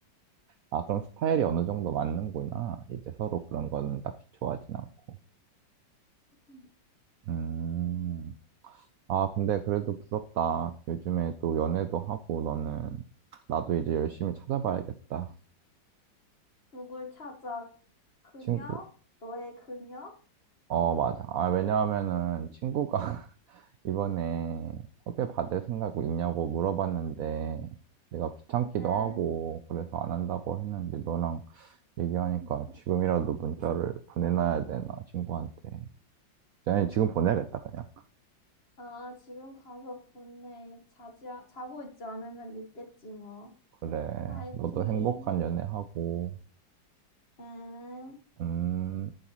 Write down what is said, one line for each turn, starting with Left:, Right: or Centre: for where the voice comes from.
Right: 아 그럼 스타일이 어느 정도 맞는구나. 이제 서로 그런 거는 딱히 좋아하진 않고.
Left: 음.
Right: 음. 아, 근데 그래도 부럽다. 요즘에 또 연애도 하고 너는 나도 이제 열심히 찾아봐야겠다.
Left: 누굴 찾아? 그녀?
Right: 친구.
Left: 너의 그녀?
Right: 어, 맞아. 아, 왜냐하면은 친구가 이번에 소개받을 생각 있냐고 물어봤는데 내가 귀찮기도
Left: 응.
Right: 하고 그래서 안 한다고 했는데 너랑 얘기하니까 지금이라도 문자를 보내놔야 되나 친구한테 아니 지금 보내야겠다 그냥
Left: 어, 지금 가서 보내. 자지, 아- 자고 있지 않으면 있겠지, 뭐.
Right: 그래
Left: 파이팅.
Right: 너도 행복한 연애하고
Left: 응.
Right: 음